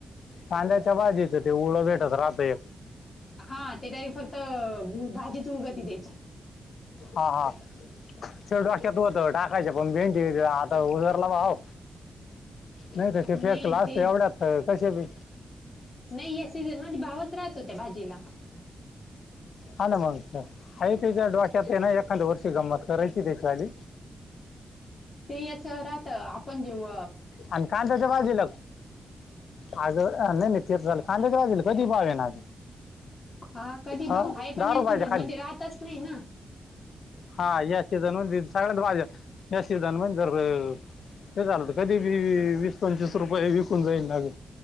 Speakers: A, on the left (about 70°); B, on the left (about 35°).
A: कांद्याच्या भाजीच ते वोळं भेटत राहतंय.
B: हा, ते काय फक्त भाजीच उगती त्याची.
A: हां हां. च डोक्यात होत टाकायच्या <unintelligible> हो <unintelligible> भाव. नाही तर ते
B: नई
A: फेकलं असतं
B: ते,
A: एवढ्यात तर कसे बी
B: नई या सीझन म्हणजे भावच राहत. त्या भाजीला.
A: हा ना मग आहे त्याच्या डोक्यात ना एखाद्या वर्षी गंमत करायची त्याची आली
B: ते याच राहत आपण जेव
A: आणि कांद्याच्या भाजीला, आ ग नई नई. <unintelligible> कांद्याच्या भाजीला कधी भाव येणार?
B: हा कधी
A: ह
B: भाव आहे पण
A: दारू
B: या
A: पाहिजे
B: सीझन
A: खाली,
B: मध्ये राहतच नाही ना
A: हा या सिझन मध्ये सगळ्याच भाज्या या सीझन म्हण जर, हे झालं तर कधी बी वीस पंचवीस रुपये विकून जाईल <unintelligible>